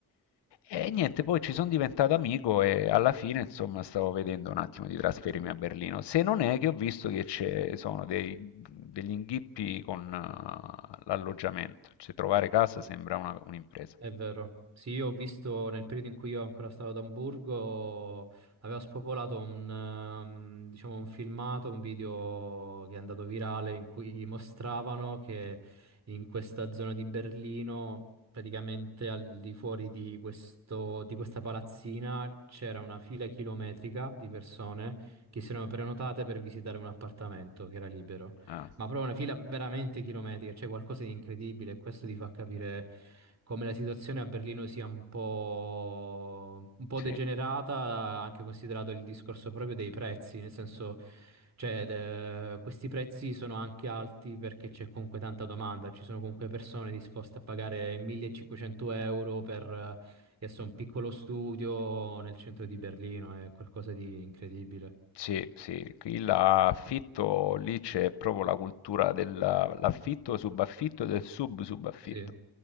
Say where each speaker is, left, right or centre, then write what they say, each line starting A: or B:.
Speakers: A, on the left; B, on the right.
A: E niente, poi ci sono diventato amico e alla fine, insomma, stavo vedendo un attimo di trasferirmi a Berlino. Se non è che ho visto che ci sono dei- degli inghippi con eh, l'alloggiamento, cioè trovare casa sembra una- un'impresa.
B: È vero. Sì, io ho visto nel periodo in cui io ancora stavo ad Amburgo, aveva spopolato un, ehm, diciamo, un filmato, un video che è andato virale in cui mostravano che in questa zona di Berlino, praticamente al di fuori di questo, di questa palazzina, c'era una fila chilometrica di persone che si erano prenotate per visitare un appartamento che era libero.
A: Ah,
B: Ma proprio una fila veramente chilometrica, c'è qualcosa di incredibile e questo ti fa capire come la situazione a Berlino sia un po', un po'
A: sì.
B: degenerata, anche considerato il discorso proprio dei prezzi, nel senso, cioè, de- questi prezzi sono anche alti perché c'è comunque tanta domanda, ci sono comunque persone disposte a pagare 1500 euro per eh, adesso un piccolo studio nel centro di Berlino, è qualcosa di incredibile.
A: Sì, sì, qui l'affitto, lì c'è proprio la cultura dell'affitto, subaffitto e del sub-subaffitto.
B: Sì.